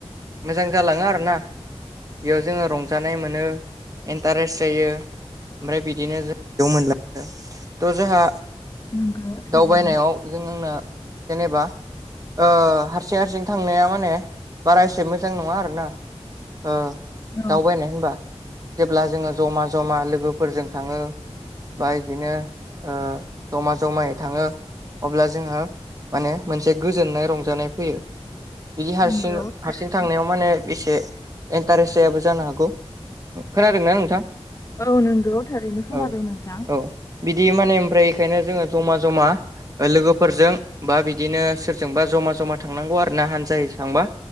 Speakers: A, on the right (about 30°); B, on the left (about 30°).
A: मोजां जालाङो आरो ना। बेयाव जोंङो रंजानाय मोनो इन्टारेस्ट जायो। ओमफ्राय बिदिनो जों बेयाव मोनला आरो थ' जोंहा
B: नंगौ थारैनो
A: दावबायनायाव जों आंनो जेनेबा ओ हारसिं हारसिं थांनाया माने बारा एसे मोजां नङा आरो ना। ओ
B: औ
A: दावबायनाय होनबा जेब्ला जोंङो जमा-जमा लोगोफोरजों थाङो। बा बिदिनो ओ जमा जमायै थाङो। अब्ला जोंहा माने मोनसे गोजोननाय रंजानाय फैयो। बिदि
B: नंगौ
A: हारसिं-हारसिं
B: थारैनो
A: थांनायाव माने बेसे इन्टारेस्ट जायाबो जानो हागौ खोनादोंना नोंथां
B: औ नोंगौ थारैनो खोनादों
A: औ
B: नोंथां
A: औ बिदि माने ओमफ्राय इखोनो जोंङो जमा-जमा लोगोफोरजों बा बिदिनो सोरजोंबा जमा जमा थांनांगौ आरो ना हान्जायै थांबा